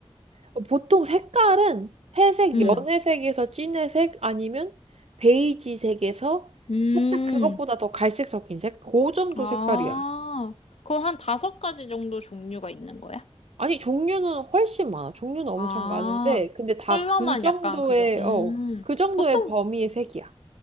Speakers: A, on the right; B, on the left.
A: 어, 보통 색깔은 회색,
B: 음,
A: 음. 연회색에서 진회색 아니면 베이지색에서
B: 음.
A: 살짝 그것보다 더 갈색 섞인 색? 그 정도
B: 아,
A: 색깔이야.
B: 그거 한 다섯 가지 정도 종류가 있는 거야?
A: 아니, 종류는 훨씬 많아. 종류는 엄청
B: 아,
A: 많은데, 근데 다
B: 컬러만
A: 그 정도의,
B: 약간 그죠? 음,
A: 어, 그 정도의
B: 보통,
A: 범위의 색이야.